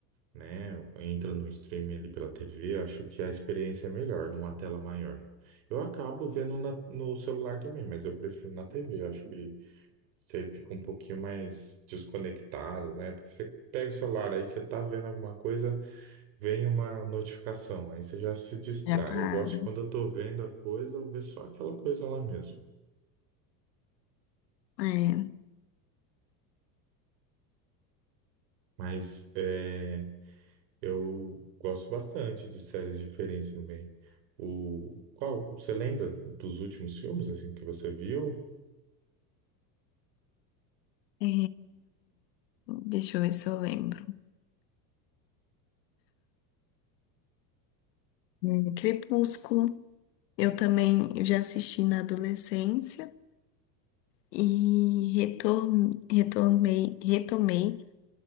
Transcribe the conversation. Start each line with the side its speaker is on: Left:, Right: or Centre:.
Right: né? Entra no streaming ali pela TV, acho que a experiência é melhor numa tela maior. Eu acabo vendo na- no celular também, mas eu prefiro na TV. Acho que você fica um pouquinho mais desconectado, né? Porque você pega o celular, aí você tá vendo alguma coisa, vem uma notificação, aí você já se distrai.
Left: Já para.
Right: Eu gosto quando eu tô vendo a coisa, eu ver só aquela coisa lá mesmo.
Left: É,
Right: Mas é, Eu gosto bastante de séries diferentes também. O qual você lembra dos últimos filmes assim que você viu?
Left: é, deixa eu ver se eu lembro. Hum, Crepúsculo. Eu também já assisti na adolescência e retor- retomei, retomei,